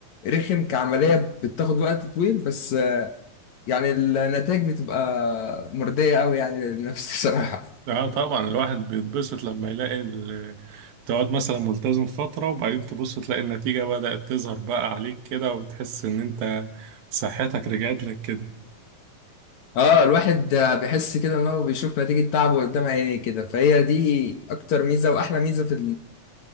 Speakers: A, on the left; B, on the right.
A: رخم كعملية بتاخد وقت طويل بس يعني النتائج بتبقى مرضية قوي يعني للنفس <laughs> بصراحة
B: اه طبعا الواحد بيتبسط لما يلاقي ال- تقعد مثلا ملتزم فترة وبعدين تبص تلاقي النتيجة بدأت تظهر بقى عليك كده وتحس ان انت صحتك رجعت لك كده
A: اه الواحد بيحس كده ان هو بيشوف نتيجة تعبه قدام عينيه كده فهي دي اكتر ميزة واحلى ميزة في